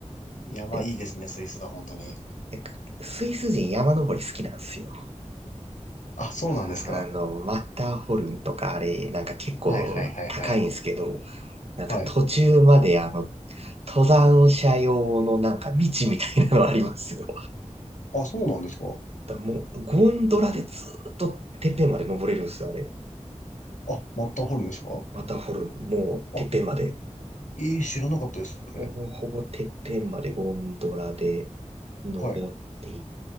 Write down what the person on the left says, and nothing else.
山いいですね、
スイスは本当に。
あ、そうなんですか。
はいはいはいはい。
はい。
あ、そうなんですか。
あ、マッターホルンですか
あ、えー、知らなかったです、それ。
はい。